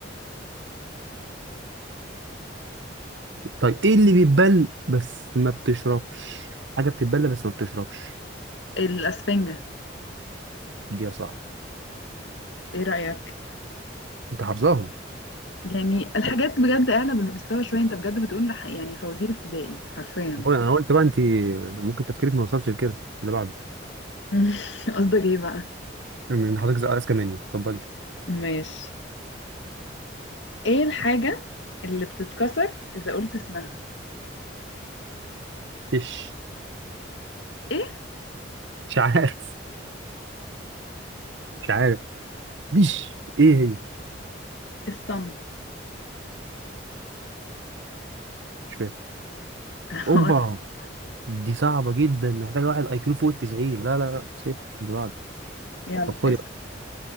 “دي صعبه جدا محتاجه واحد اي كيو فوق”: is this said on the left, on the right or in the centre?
Right